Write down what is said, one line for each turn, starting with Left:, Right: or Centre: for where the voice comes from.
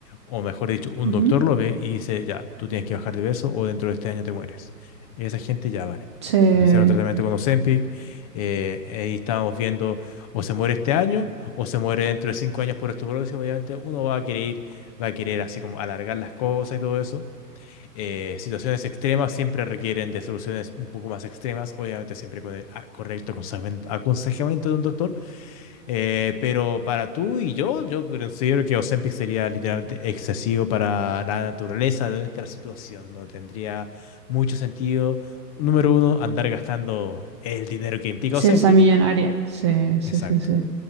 Left: o mejor dicho, un
Right: ujú.
Left: doctor lo ve y dice, ya, tú tienes que bajar de peso o dentro de este año te mueres. Y esa gente ya vale.
Right: Se,
Left: Iniciaron tratamiento con Ozempic, eh, ahí estábamos viendo o se muere este año o se muere dentro de cinco años por osteoporosis. Obviamente uno va a querer, va a querer así como alargar las cosas y todo eso eh, situaciones extremas siempre requieren de soluciones un poco más extremas, obviamente siempre con el a- correcto aconsejamen- aconsejamiento de un doctor, eh, pero para tú y yo, yo considero que Ozempic sería literalmente excesivo para la naturaleza de nuestra situación, no tendría mucho sentido, número uno, andar gastando el dinero que implica
Right: se
Left: Ozempic,
Right: esa millonaria. Se, se,
Left: exacto.
Right: se, se.